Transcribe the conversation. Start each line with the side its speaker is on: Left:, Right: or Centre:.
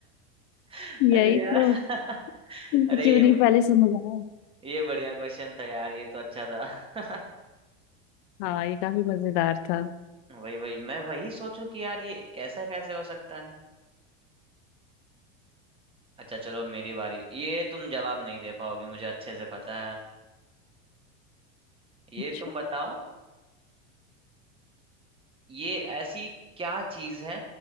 Right: <laughs>
Left: यही
Right: अरे यार
Left: तो
Right: <laughs>
Left: तुमसे
Right: अरे
Left: क्यों
Right: ये
Left: नहीं
Right: ब-
Left: पहले समझ आया
Right: ये बढ़िया क्वेश्चन था यार ये तो अच्छा था
Left: हाँ ये काफी मजेदार था
Right: <laughs> वही वही मैं वही सोचूं कि यार ये ऐसा कैसे हो सकता है अच्छा चलो मेरी बारी ये तुम जवाब नहीं दे पाओगे मुझे अच्छे से पता है ये
Left: अच्छा
Right: तुम बताओ ये ऐसी क्या चीज है